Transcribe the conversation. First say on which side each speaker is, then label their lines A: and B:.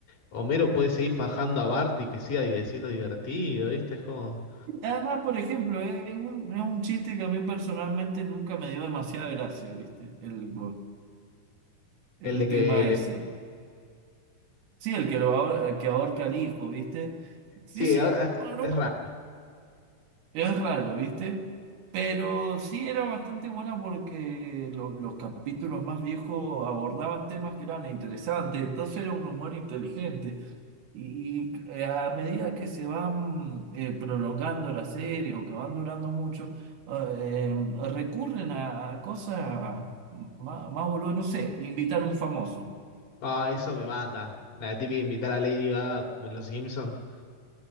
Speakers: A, on the left; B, on the right.
A: Homero puede seguir fajando a Bart y que siga di- siendo divertido? ¿Viste? Es como
B: además, por ejemplo, es es un, es un chiste que a mí personalmente nunca me dio demasiada gracia, ¿viste? El, el
A: el de que
B: tema
A: le...
B: ese. Sí, el que, lo ahor- el que ahorca al hijo, ¿viste? Sí,
A: Sí,
B: Es,
A: ahora
B: un- bueno,
A: es raro.
B: es raro, ¿viste? Pero sí era bastante buena porque lo- los capítulos más viejos abordaban temas que eran interesantes, entonces era un humor inteligente. Y eh, a medida que se van eh, prolongando la serie o que van durando mucho, eh, em, recurren a, a cosas más, más boludas, no sé, invitar a un famoso.
A: Ah, eso me mata. La típica invitar a Lady Gaga en los Simpson.